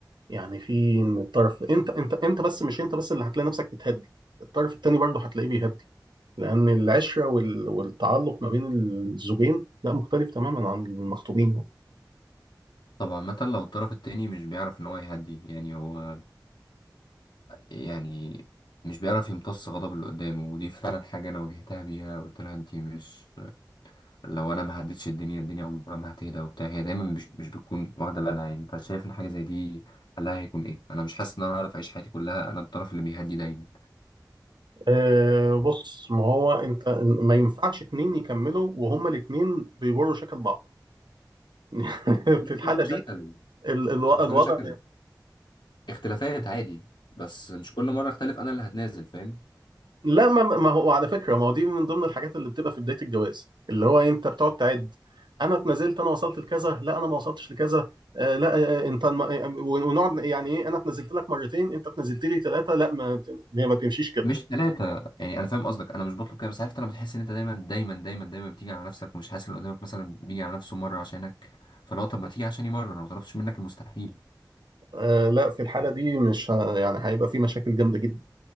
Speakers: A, on the right; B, on the left.
A: يعني في ان الطرف انت انت انت بس مش انت بس اللي هتلاقي نفسك بتهدي الطرف التاني برضه هتلاقيه بيهدي لان العشره وال- والتعلق ما بين الزوجين لا مختلف تماما عن المخطوبين يعني.
B: طبعا مثلا لو الطرف التاني مش بيعرف إن هو يهدي يعني هو يعني مش بيعرف يمتص غضب اللي قدامه ودي فعلا حاجة أنا واجهتها بيها قلت لها أنتي مش لو انا ما هديتش الدنيا الدنيا عمرها ما هتهدى وبتاع هي دايما مش مش بتكون واخده بالها يعني فشايف ان حاجه زي دي حلها هيكون ايه انا مش حاسس ان انا هعرف اعيش حياتي كلها انا الطرف اللي بيهدي دايما
A: أه بص ما هو انت ما ينفعش اتنين يكملوا وهما الاتنين بيجروا شكل بعض <laughs>
B: مش
A: في الحاله
B: كل
A: دي
B: شكل
A: ال- الو-
B: مش
A: الوضع
B: كل شكل اختلافات عادي بس مش كل مرة اختلف انا اللي هتنازل فاهم
A: لا ما ما هو على فكره ما هو دي من ضمن الحاجات اللي بتبقى في بدايه الجواز اللي هو انت بتقعد تعد انا اتنازلت انا وصلت لكذا لا انا ما وصلتش لكذا آه لا آه آه، انت ما- آه، ونقعد يعني ايه انا اتنازلت لك مرتين انت اتنازلت لي ثلاثه لا ما هي ما تمشيش كده
B: مش ثلاثة يعني أنا فاهم قصدك أنا مش بطلب كده بس عارف أنت لما تحس إن أنت دايما دايما دايما دايما بتيجي على نفسك ومش حاسس إن اللي قدامك مثلا بيجي على نفسه مرة عشانك فلو طب ما تيجي عشاني مرة أنا ما طلبتش منك المستحيل
A: آه لا في الحاله دي مش ه- يعني هيبقى في مشاكل جامده جدا